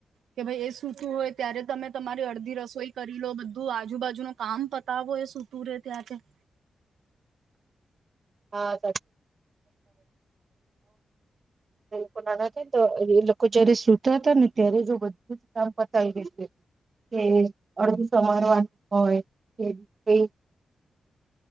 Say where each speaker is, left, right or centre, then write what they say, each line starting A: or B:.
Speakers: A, on the right; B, on the right.
A: કે ભ એ સૂતું હોય ત્યારે તમે તમારી અડધી રસોઈ કરી લો બધું આજુબાજુનું કામ પતાવો એ સૂતું રહે ત્યાં તે.
B: <inaudible> હા લોકો નાના તો એ લોકો જોડે સુતો હતો ને ત્યારે જો બધું જ કામ પતાવી દેય છે કે અડધું સમારવાનું હોય કે